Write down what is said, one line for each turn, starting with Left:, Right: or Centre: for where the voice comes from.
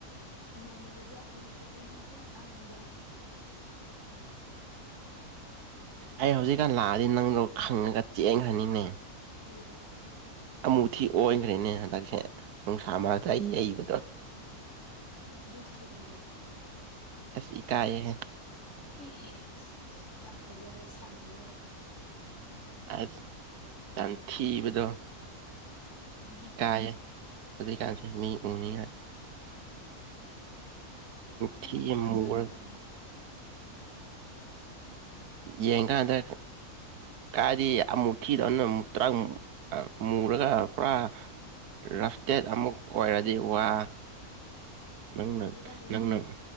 Left: ꯏꯃꯥꯟꯅꯕꯤꯕ ꯑꯩꯅ ꯆꯠꯁꯦ ꯅꯪꯁꯨ ꯂꯥꯛꯅꯤꯡꯕ꯭ꯔꯣ
Right: ꯑꯩ ꯍꯧꯖꯤꯛꯀꯥꯟ ꯂꯥꯛꯑꯗꯤ ꯅꯪꯗꯣ ꯈꯪꯉꯒ ꯆꯦꯟꯈ꯭ꯔꯅꯤꯅꯦ
Left: ꯀꯒꯦ
Right: ꯑꯃꯨ ꯊꯤ ꯑꯣꯟꯈ꯭ꯔꯦꯅꯦ ꯍꯟꯗꯛꯁꯦ ꯅꯨꯡꯁꯥ ꯃꯔꯛꯇ ꯑꯩ ꯌꯩꯕꯗꯣ
Left: ꯑꯗꯨꯑꯣꯏꯗꯤ ꯀꯩꯗꯧꯒꯦ
Right: ꯑꯁꯤꯁ ꯏꯀꯥꯏꯑ ꯍꯥꯏ
Left: ꯑꯦ ꯑꯦ ꯌꯥꯝ ꯐꯖꯕ ꯁꯥꯔꯕꯗ
Right: ꯑꯁ ꯀꯟꯊꯤꯕꯗꯣ
Left: ꯎꯝ
Right: ꯇꯑꯦ ꯑꯗꯨꯛ ꯀꯥꯟꯁꯦ ꯃꯤ ꯎꯅꯤꯡꯅ
Left: ꯅ
Right: ꯊꯤꯌꯦ
Left: ꯌꯥꯝ
Right: ꯃꯨꯔ
Left: ꯐꯖꯕ ꯄꯥꯝꯕ
Right: ꯌꯦꯡ ꯀꯥꯟꯗ ꯀꯗꯤ ꯑꯃꯨꯛ ꯊꯤꯗꯧꯅ ꯑꯃꯨꯛ ꯇꯔꯥꯛ ꯃꯨꯔꯒ ꯄꯨꯔꯥ ꯔꯐꯇꯦꯠ ꯑꯃꯨꯛ ꯑꯣꯏꯔꯗꯤ ꯋꯥ ꯂꯪꯅ
Left: ꯀꯩꯁꯨ ꯀꯥꯏꯗꯦ
Right: ꯂꯪꯅ
Left: ꯎꯝ